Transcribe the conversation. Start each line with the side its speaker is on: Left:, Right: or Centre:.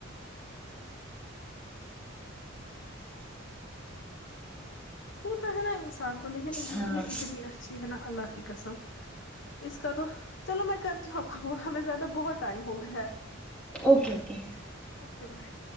Left: وہ تو ہے نا انسان کو لیکن انڈ
Centre: ہاں
Left: یہ اتنی اچھی ہے نا اللہ کی قسم اس کا تو چلو میں کرتی ہوں اب کو ہمیں زیادہ بہت ٹائم ہو گیا ہے
Centre: اوکے اوکے
Left: اوکے بائی